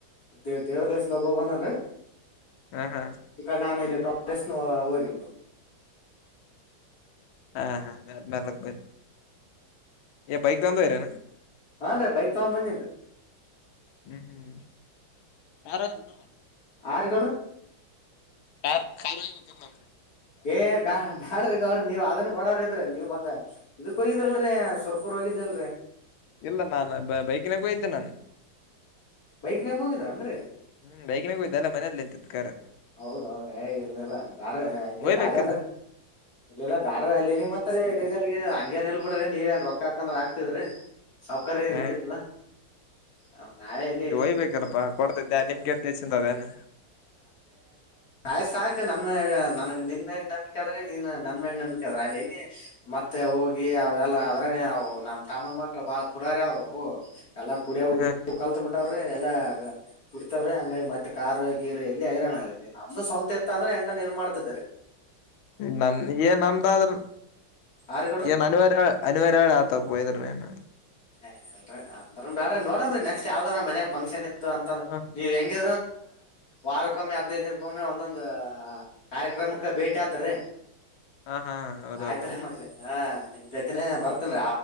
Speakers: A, on the left; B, on the left.
A: ದೇ ದೇವ್ರ ಲೇಶ ಒಬ್ಬೋಗ ಬಂದನ್ೀ
B: ಹ ಹಾ
A: ಈ ಕ ನಾನ ಇಲ್ಲ ಪ್ರಟ ಟ
B: ಹಾ ಹಾ ಮ ಮ ಯ ಬೈಕ್ ಬಂದು ಇರನು
A: ಹಾನ್ೀ ಬೈಕ್ ತಗೊಂಡ್ ಬಂದಿನ್ರಿ
B: ಹ್ಮ್ ಹ್ಮ್ ಕಾರಾರ <unintelligible>
A: ಆರ್ಗಡ
B: ಯ ಕಾರಾರಬೇಕ ಕ ನ <inaudible>
A: ಏ ಬ್ಯಾ ಬ್ಯಾಡ್ರಗ ಅವ್ರಿ ನೀವ್ ಅದನ್ ಕೊಡ್ರ ಇದ್ರಿ ನೀವ್ ಮತ್ತ ಇದಕ್ ಹೋಗಿದಲ್ರರಿ ಸವರ್ಪೂರ್ ಹೋಗಿದ್ದಲ್ರರಿ
B: ಇಲ್ಲ ನಾನ ಬ ಬೈಕಿನಾಗೂಯ್ದೆ ನಾನು
A: ಬೈಕ್ನಾಗ ಹೋಗಿದ್ರ ಅನ್ರಿ
B: ಹ್ಮ್ ಬೈಕಿನಾಗ ಹೋಯ್ದ ಅಲ್ಲ ಮನೇಲಿ ನಿಂತಿತ್ ಕಾರ್
A: ಹೌದೌದ್ರೆ ಇಲೆಲ್ಲಾ ಬ್ಯಾಡ್ರ ಇ
B: ಒಯ್ಬೇಕಲ್ಲ
A: ಗಾಡಿ ಆದ್ರ ಇಲ್ಲಲ್ಲಾ ಬೇಡ್ರ ಅಲ್ಲ ಮತ್ತರಿ ಹಂಗೇಏನಳ್ ಬಿಡ್ರಿ ನೀವ ಏನ್ ರೊಕ್ಕ ಹಾಕಂದ್ರ ಆಕ್ತಿದ್ರಿ ಸೌಕರ್ಯರಿ
B: ಹ
A: ನಡೀತದ ಹ ನಾವ ಎಲ್ಲಿ
B: ಮೆ ಒಯ್ಬೇಕಾರಪ್ಪಾ ಕೊಡ್ತಿದ್ದೆ ನಿಮ್ಗೆ ಅಂತ ಹೆಚ್ಚಂತ ಅದೇನು
A: ನಯ್ ಸಾಕು ನಮ್ಮಗ ನನಗ್ ನಿನ್ ಮೇಗ ನಂಬಿಕೆ ಆದ್ರೆ ನೀನ್ ನನ್ ಮ್ಯಾಗ ನಂಬಿಕ ಅದ್ರ ಅಲ್ ಎಲ್ಲಿ ಮತ್ತೆ ಹೋಗಿ ಅವೆಲ್ಲ ಅದ್ರವು ನಮ್ ತಮಿಳ್ ಮಕ್ಕಳ ಬಾಳ ಪುಡಾರೆ ಅವರು ಎಲ್ಲ ಕುಡಿಯಗಿ
B: ಹ
A: ಕಲ್ತ್ಬಿತ್ ವ್ರಿ ಎಲ್ಲಾ ಕುಡಿತವ್ರಿ ಹಂಗಾಗಿ ಮತ್ತೆ ಕಾರ್ ಗಿರಿ ಎಲ್ಲಿ ಹೈರಾಣ ನಮ್ದು ಸ್ವಂತ ಇತ್ತ ಅಂದ್ರೆ ಹಂಗನ್ ಇರ್ ಮಾಡ್ತಿದರಿ
B: ನ ನ್ ನಂದ ಆದ್ರ ನ್
A: ಆರ್ಗಡ್ರಿ
B: ಅನಿವಾರ ಅನಿವಾರಳ ಆತ ವಯದರ್ ರೆನ
A: ಏ್ಲ್ರರಿ ಅಂದ್ರನ್ ಬಡ್ರ ನೋಡನ್ರಿ ನೆಕ್ಸ್ಟ್ ಯಾವ್ದದ ನ ಮನಗ ಫಂಕ್ಷನ್ ಇ ಅಂತಂದ
B: ಹ
A: ನೀವು ಹೆಂಗಿ ವಾರಕ್ಕೊಮ್ಮೆ ಹದ್ನೈದು ದಿನಕ್ಕೊಮ್ಮೆ ಒಂದೊಂದ ಕಾರ್ಯಕ್ರಮಕ್ಕೆ ಭೇಟಿ ಆತೀ ರಿ
B: ಹಾ ಹಾ ಹೌದೌದು
A: ಆಯ್ತರ ಮತ್ತೆ ಹಾ ನಿಮೈತನನೆ ಬರ್ತದ